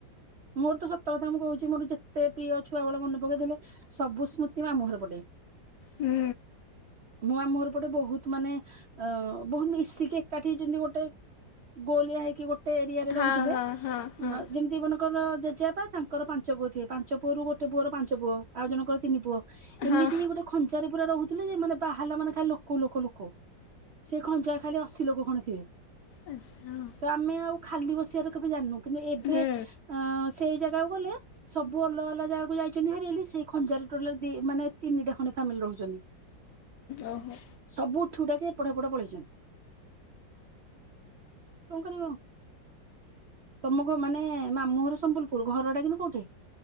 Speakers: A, on the right; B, on the left.
A: ମୋର ତ ସତ କଥା ମୁଁ କହୁଛି ମୋର ଯେତେ ପ୍ରିୟ ଛୁଆବେଳ ମନେ ପକେଇଦେଲେ ସବୁ ସ୍ମୃତି ମାମୁଁଘର ପଟେ।
B: ହୁଁ।
A: ମୋ ମାମୁଁଘର ପଟେ ବହୁତ ମାନେ ବହୁତ ଏଁ ମିଶିକି ଏକାଠି ହେଇଛନ୍ତି ଗୋଟେ। ଗୋଲିଆ ହେଇକି ଗୋଟେ ଏରିଆରେ ରହୁଥିଲେ
B: ହଁ ହଁ ହଁ ହଁ
A: ଯେମିତି ମନେ ଙ୍କର ଜେଜେବାପା ତାଙ୍କର ପାଞ୍ଚ ପୁଅ ଥିଏ ପାଞ୍ଚ ପୁଅରୁ ଗୋଟେ ପୁଅର ପାଞ୍ଚ ପୁଅ ଆଉ ଜଣଙ୍କର ତିନି ପୁଅ।
B: ହଁ
A: ଏମିତି ହିଁ ଗୋଟେ ଖଞ୍ଚାରେ ପୁରା ରହୁଥିଲେ ଯେ ମାନେ ବାହାରିଲା ମାନେ ଖାଲି ଲୋକ ଲୋକ ଲୋକ। ସେ ଖଞ୍ଚା ଖାଲି ଅଶୀ ଲୋକ ଖଣ୍ଡେ ଥିବେ।
B: ଆଚ୍ଛା।
A: ତ ଆମେ ଆଉ ଖାଲି ବସିବାର କେବେ ଜାଣିନୁ କିନ୍ତୁ ଏବେ
B: ହୁଁ
A: ଆଁ ସେଇ ଜାଗାକୁ ଗଲେ ସବୁ ଅଲଗା ଅଲଗା ଜାଗାକୁ ଯାଇଛନ୍ତି ଭାରି ହେଲେ ସେ ଖଞ୍ଜାରେ ଟୋଟାଲ ମାନେ ତିନିଟା ଖଣ୍ଡେ ଫାମିଲି ରହୁଛନ୍ତି।
B: ଓହୋ।
A: ସବୁ ଉଠି ଉଠା କି ଏପଟ ହେପଟ ପଳେଇଛନ୍ତି। କଣ କରିବ। ତମକୁ ମାନେ ମାମୁଁ ଘର ସମ୍ବଲପୁର ଘର ଟା କିନ୍ତୁ କୋଉଠେ?